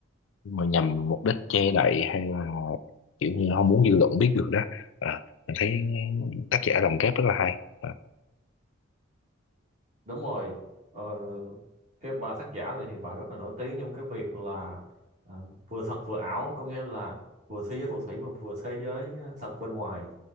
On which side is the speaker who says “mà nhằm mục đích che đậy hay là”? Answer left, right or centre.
Left